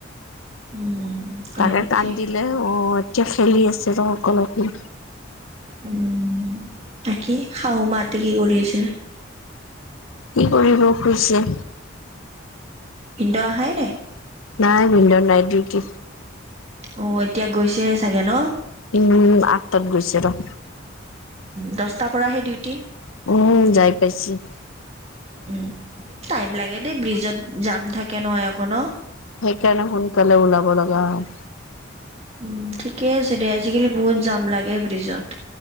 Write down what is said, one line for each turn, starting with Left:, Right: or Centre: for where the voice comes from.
Right: উম, হয়
Left: তাকে
Right: নেকি?
Left: কান্দিলে অ এতিয়া খেলি আছে ৰ অকলে- অকলে।
Right: উম, তাকেই শাহু মাহঁতে কি কৰি আছে?
Left: কি কৰিব শুইছে।
Right: ভিনদেউ আহাই নাই?
Left: নাই ভিনদেউ নাইট ডিউটি।
Right: অ এতিয়া গৈছে হে চাগে ন?
Left: উম আঠ তাত গৈছে ৰহ।
Right: দহটাৰ পৰাহে ডিউটি।
Left: উম যাই পাইছি ৷
Right: উম ৷ টাইম লাগে দে ব্ৰিজত জাম থাকে ন অকয় ন?
Left: কেন সোনকাল ওলাব লগা হয়৷
Right: উম ঠিকে আছে দে আজিকালি বহুত জাম লাগে ব্ৰিজত৷